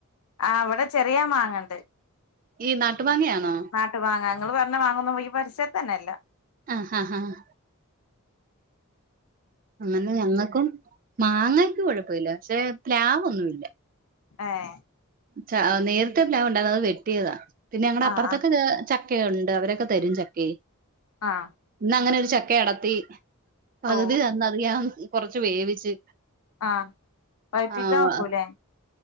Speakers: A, on the left; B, on the right.
A: ആഹ് ഇവിടെ ചെറിയ മാങ്ങണ്ട്.
B: ഈ നാട്ടുമാങ്ങയാണോ?
A: നാട്ട്മാങ്ങ. ഇങ്ങള് പറഞ്ഞ മാങ്ങൊന്നും ഈ പരിസരത്തന്നെയില്ല.
B: ആഹ് ആഹ് ആഹ് അങ്ങനെ ഞങ്ങക്കും മാങ്ങക്ക് കൊഴപ്പമില്ല. പക്ഷെ പ്ലാവൊന്നുമില്ല.
A: ഏഹ്
B: ച നേരത്തെ പ്ലാവ്ണ്ടായിരുന്നു അത് വെട്ടിയതാ. പിന്നെ ഞങ്ങടെ
A: ആഹ്
B: അപ്പുറത്തൊക്കെ
A: ആഹ്
B: ചക്കയുണ്ട്. അവരൊക്കെ തരും ചക്കെ.
A: ആഹ്
B: ഇന്ന് അങ്ങനെ ഒരു ചക്ക അടത്തി പകുതി
A: ഓ
B: തന്ന്. അത് ഞാൻ കൊറച്ച് വേവിച്ച്
A: ആഹ്, പഴിപ്പിക്കാൻ
B: ആഹ്
A: വെക്കൂല്ലെ?